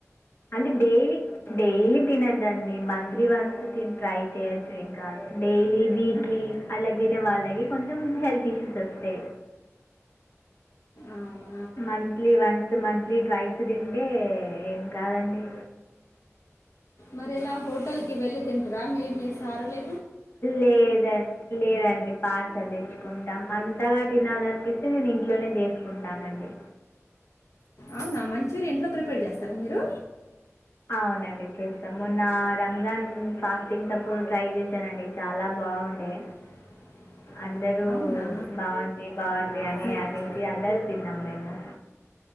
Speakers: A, on the left; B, on the left.
A: అంటే డైలీ డైలీ తినద్దండి మంత్లీ వన్స్ ట్రై చేయొచ్చు ఏం కాదు డైలీ వీక్లీ అలా తినే వాళ్ళకి కొంచెం హెల్త్ ఇష్యూస్ వస్తాయ్.
B: అవ్నా
A: మంత్లీ వన్స్ మంత్లీ ట్వైస్ తింటే ఏం కాదండి.
B: మరి ఇలా హోటల్ కి వెళ్ళి తింటరా మీ మీ సారు లే
A: లేద లేదండి పర్సిల్ తెచ్చుకుంటాం అంత్ కొత్తగా తినాలనిపిస్తే నేను ఇంట్లోనే చేసుకుంటానండి.
B: అవునా మంచూరి ఇంట్లో ప్రిపేర్ చేస్తారా మీరు.
A: అవునండి చేస్తా మొన్న రంజాన్ ఫాస్టింగ్స్ అప్పుడు ట్రై చేశానండి చాలా బా బాగుండే
B: <inaudible>
A: అందరూ
B: అవునా
A: బాంది బాంది అని
B: మీకు
A: అనేసి అందరూ తిన్నాం మేము.